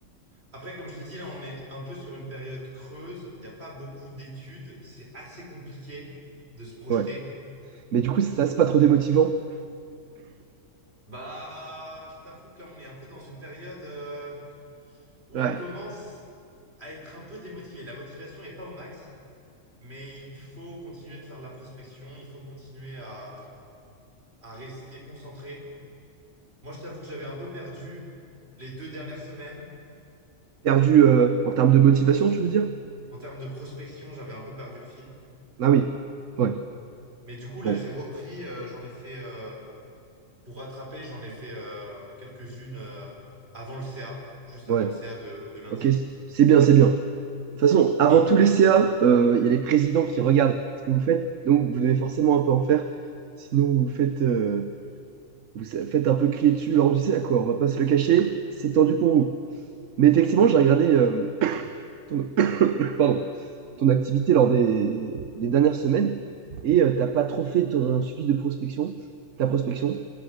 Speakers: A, on the right (about 50°); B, on the right (about 70°).
A: Après, comme je t'ai dit, là, on est un peu sur une période creuse. Il n'y a pas beaucoup d'études. C'est assez compliqué de se projeter.
B: Ouais. Mais du coup, ça, c'est pas trop démotivant?
A: Bah, je t'avoue que là, on est un peu dans une période euh, où
B: Ouais.
A: on commence à être un peu démotivé. La motivation n'est pas au max. Mais il faut continuer de faire de la prospection, il faut continuer à, à rester concentré. Moi, je t'avoue que j'avais un peu perdu les deux dernières semaines.
B: Perdu euh, en termes de motivation, tu veux dire?
A: En termes de prospection, j'avais un peu perdu le fil.
B: Ah oui. Ouais.
A: Mais du coup, là,
B: Bon.
A: j'ai repris, euh, j'en ai fait, euh, pour rattraper, j'en ai fait euh, quelques-unes euh, avant le CA, juste
B: Ouais,
A: avant le CA de, de lundi.
B: ok, c- c'est bien, c'est bien. De toute façon, avant
A: Et
B: tous les CA, euh, il y a les présidents qui regardent ce que vous faites, donc vous devez forcément un peu en faire. Sinon, vous faites, euh, vous sa- faites un peu crier dessus lors du CA, quoi. On va pas se le cacher, c'est tendu pour vous. Mais effectivement, j'ai regardé euh, ton, <coughs> pardon, ton activité lors des, des dernières semaines et euh, t'as pas trop fait ton suivi de prospection, ta prospection.